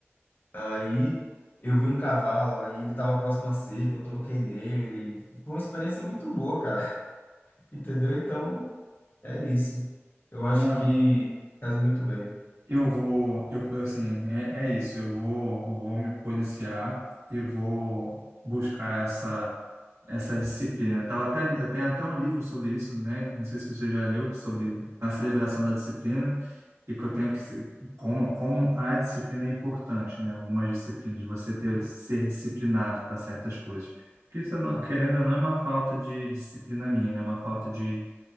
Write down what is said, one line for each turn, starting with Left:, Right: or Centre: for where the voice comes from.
Left: Aí eu vi um cavalo, aí ele estava próximo à cerca, eu toquei nele. Foi uma experiência muito boa, cara. <laughs> Entendeu? Então, é isso. Eu acho
Right: Mano,
Left: que faz muito bem.
Right: Eu vou, eu eu, assim, é, é isso. Eu vou, eu vou me policiar e vou buscar essa essa disciplina. Tava até, eu tenho até um livro sobre isso, né? Não sei se você já leu sobre a celebração da disciplina e que eu tenho que se- como como a disciplina é importante, né? Algumas disciplinas de você ter ser disciplinado para certas coisas. Porque isso, eu não- querendo ou não, é uma falta de disciplina minha, né? É uma falta de,